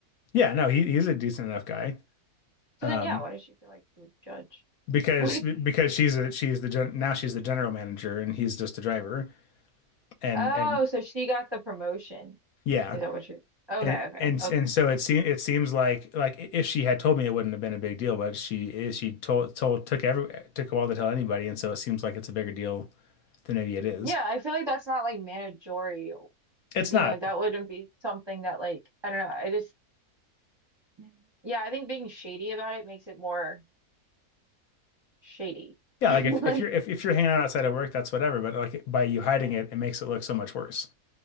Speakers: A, on the left (about 70°); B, on the right (about 25°).
A: Yeah, no, he, he's a decent enough guy. Um,
B: So then, yeah, why did she feel like he would judge?
A: because,
B: <laughs>
A: because she's a, she's the gen, now she's the general manager and he's just the driver. And,
B: Oh,
A: and
B: so she got the promotion.
A: yeah,
B: Is that what you're? Okay,
A: And
B: okay,
A: and
B: okay.
A: and so it seems it seems like like if she had told me it wouldn't have been a big deal, but she is she told told took every took a while to tell anybody, and so it seems like it's a bigger deal than maybe it is.
B: Yeah, I feel like that's not like managerial.
A: It's
B: You
A: not.
B: know, like that wouldn't be something that like I don't know. I just Mhm. yeah, I think being shady about it makes it more shady.
A: Yeah,
B: <laughs>
A: like if,
B: Like
A: if you're if, if you're hanging out outside of work, that's whatever. But like by you hiding it, it makes it look so much worse.